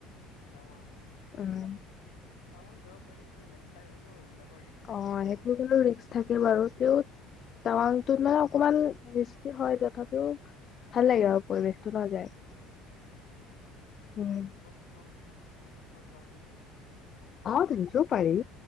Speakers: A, on the left (about 75°); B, on the left (about 45°).
A: টাৱাং
B: উম
A: টাৱাং যাব পাৰি কিন্তু লেন্সলাইড হয়তো এইবিলাকৰ ৰি
B: অ সেইটো বাৰু ৰিস্ক থাকে বাৰু তেওঁ টাৱাংটোত মানে অকমান ৰিস্কি হয় তথাপিও ভাল লাগে আৰু পৰিৱেশটো নাযায়
A: উম
B: উম
A: প্ৰথম প্ৰথম যাওঁ নেকি
B: অ তেনেকেও পাৰি